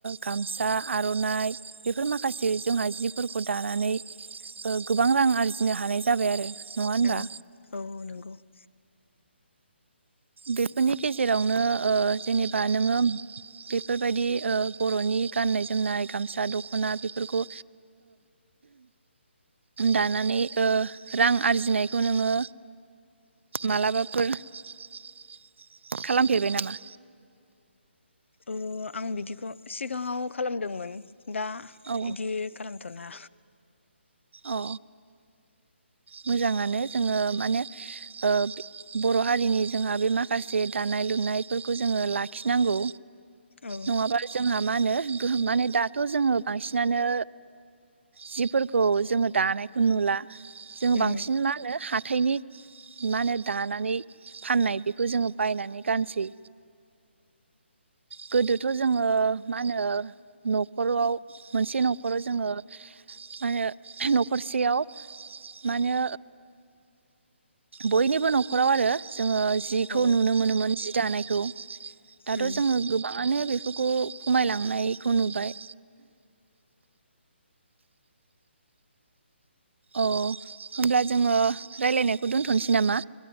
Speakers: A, on the right; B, on the left.
A: गामसा आर'नाइ बेफोर माखासे जोंहा जिफोरखौ दानानै गोबां रां आरजिनो हानाय जाबाय आरो नङा होनबा
B: औ औ औ नंगौ <inaudible>
A: बेफोरनि गेजेरावनो जेनेबा नोङो बेफोरबायदि बर'नि गाननाय जोमनाय गामसा-दख'ना बेफोरखौ दानानै रां आरजिनायखौ नोङो मालाबाफोर <inaudible> खालामफेरबाय नामा?
B: अ आं बिदिखौ सिगाङाव खालामदोंमोन। दा
A: औ
B: इदि खालामथ'ना
A: औ मोजाङानो जोङो माने ओ बर' हारिनि जोंहा बे माखासे दानाय लुनायफोरखौ जोङो लाखिनांगौ
B: औ
A: नङाबा जोंहा मा होनो गोहोम माने दाथ' जोङो ओ बांसिनानो जिफोरखौ जोङो दानायखौ नुला जों बांसिन
B: उम
A: मा होनो हाथथायनि मा होनो दानानै फाननाय बेखौ जोङो बायनानै गानसै गोदोथ' जोङो मा होनो न'खराव मोनसे न'खराव जोङो मा होनो न'खरसेयाव मा होनो बयनिबो न'खराव आरो जोङो जिखौ
B: उम औ
A: नुनो मोनोमोन जि दानायखौ दाथ'
B: उम
A: जोङो गोबाङानो बेफोरखौ खमायलांनायखौ नुबाय अ होनब्ला जोंङो रायलायनायखौ दोन्थ'नोसै नामा